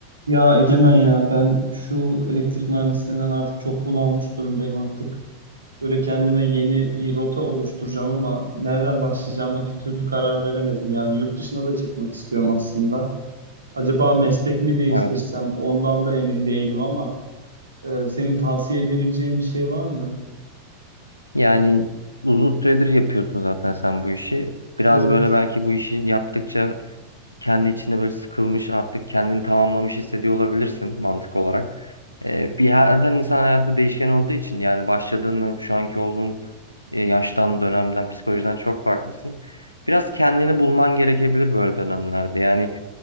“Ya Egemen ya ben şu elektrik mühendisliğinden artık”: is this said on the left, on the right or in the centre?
Right